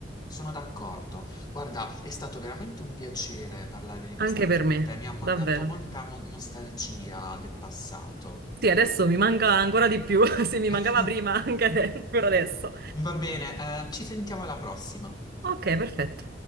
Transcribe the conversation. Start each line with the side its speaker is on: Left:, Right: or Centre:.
Left: Sono d'accordo. Guarda, è stato veramente un piacere parlare di questa
Right: anche
Left: cosa
Right: per
Left: con
Right: me,
Left: te, mi ha mandato
Right: davvero.
Left: molta mo- nostalgia del passato.
Right: Sì, adesso mi manca ancora di più, <laughs> se mi
Left: <laughs>
Right: mancava prima, anche ade- ancora adesso.
Left: Va bene, eh, ci sentiamo alla prossima.
Right: Ok, perfetto.